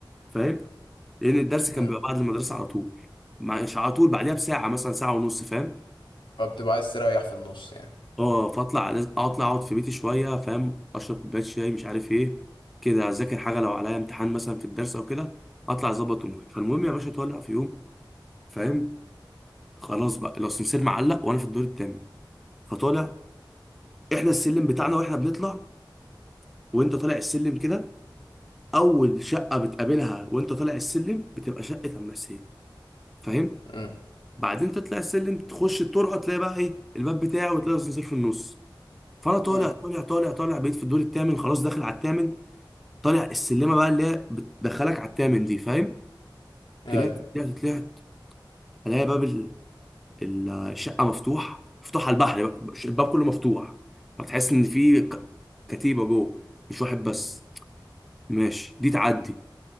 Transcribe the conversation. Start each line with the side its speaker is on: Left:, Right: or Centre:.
Centre: فاهم لان الدرس
Left: امم
Centre: كان بيبقى بعد المدرسه على طول مش على طول بعدها بساعه مثلا ساعه ونص فاهم
Left: فبتبقى عايز تريح في النص يعني
Centre: اه فاطلع لازم اطلع اقعد في بيتي شويه فاهم اشرب كوبايه شاي مش عارف ايه كده اذاكر حاجه لو عليا امتحان مثلا في الدرس او كده اطلع اظبط اموري فالمهم يا باشا طالع في يوم فاهم خلاص بقى لو السمسير معلق وانا في الدور التامن فطالع احنا السلم بتاعنا واحنا بنطلع وانت طالع السلم كده اول شقه بتقابلها وانت طالع السلم بتبقى شقه عم حسين فاهم
Left: امم
Centre: بعدين تطلع السلم تخش الطرقه تلاقي بقى ايه الباب بتاعه وتلاقي السمسير في النص فانا طالع
Left: امم
Centre: طالع طالع طالع بقيت في الدور التامن خلاص داخل على التامن طالع السلمه بقى اللي هي بتدخلك على التامن دي فاهم
Left: ايوه
Centre: طلعت طلعت طلعت الاقي باب ال- ال- الشقه مفتوح مفتوح على البحر بقى مش- الباب كله مفتوح فتحس ان في ك- كتيبه جوه مش واحد بس ماشي دي تعدي